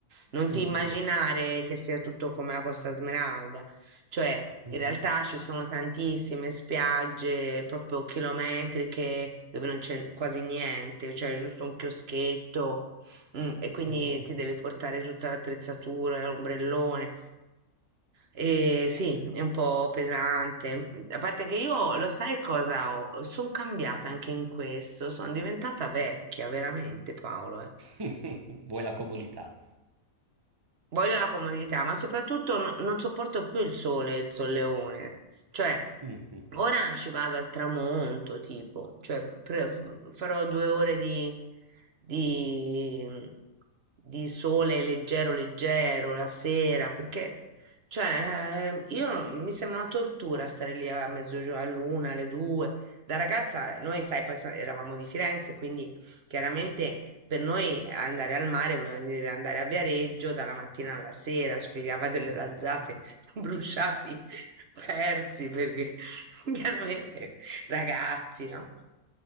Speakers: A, on the right; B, on the right.
A: Non
B: Mhm,
A: ti immaginare che sia tutto come la Costa Smeralda, cioè
B: mhm.
A: in realtà ci sono tantissime spiagge proprio chilometriche dove non c'è quasi niente, cioè giusto un chioschetto, mm, e quindi
B: Mm, mm,
A: ti devi
B: mm.
A: portare tutta l'attrezzatura, l'ombrellone. E sì, è un po' pesante. A parte che io, lo sai cosa ho? Sono cambiata anche in questo, sono diventata vecchia, veramente, Paolo. eh.
B: <laughs>
A: <laughs>
B: Vuoi la comodità?
A: Voglio la comodità, ma soprattutto no- non sopporto più il sole e il solleone. Cioè,
B: Mhm.
A: ora ci vado al tramonto, tipo, cioè, pre- farò due ore di, di, di sole leggero, leggero la sera, perché, cioè, eh, io non- mi sembra una tortura stare lì a mezzogiorno, all'una, alle due. Da ragazza, noi, sai, poi sa- eravamo di Firenze, quindi Chiaramente per noi andare al mare voleva dire andare a Viareggio dalla mattina alla sera, spiegava
B: Sì,
A: delle razzate,
B: sì, sì.
A: <laughs> bruciati, <laughs> persi, perché <laughs> chiaramente ragazzi, no?